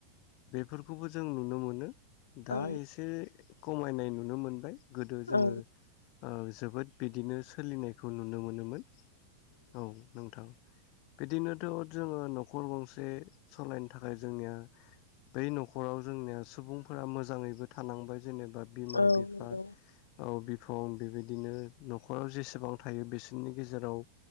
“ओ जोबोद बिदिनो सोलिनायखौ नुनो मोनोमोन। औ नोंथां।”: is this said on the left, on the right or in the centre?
Left